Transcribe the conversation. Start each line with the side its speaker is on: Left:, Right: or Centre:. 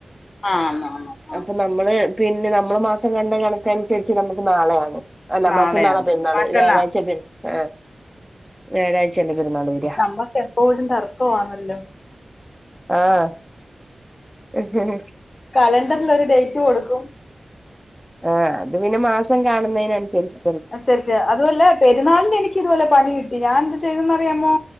Left: ആന്ന് ആന്ന് ആഹ്
Centre: അപ്പം നമ്മള് പിന്നെ നമ്മള് മാസം കണ്ട കണക്കനുസര് ച്ച് നമുക്ക് നാളെയാണ് അല്ല
Left: നാളെയാണ്
Centre: മറ്റന്നാള പെരുന്നാള്
Left: മറ്റന്നാ
Centre: വ്യാഴാഴിച്ച പെര് ആഹ് വ്യാഴാഴ് ചെറിയ പെരുന്നാള് വെരാ
Left: നമ്മക്ക് എപ്പോഴും തർക്കമാണല്ലോ
Centre: ആഹ് ഉ ഉ
Left: കലണ്ടറിൽ ഒരു ഡേറ്റ് കൊടുക്കും
Centre: ആഹ് അത് പിന്നെ മാസം കാണുന്നതിനൻസരിച്ച്
Left: അൻസരിച്ച് അതുവല്ല പെരുന്നാളിന് എനിക്ക് ഇതുപോലെ പണി കിട്ടി ഞാൻ എന്ത് ചെയ്തെന്ന് അറിയാമോ?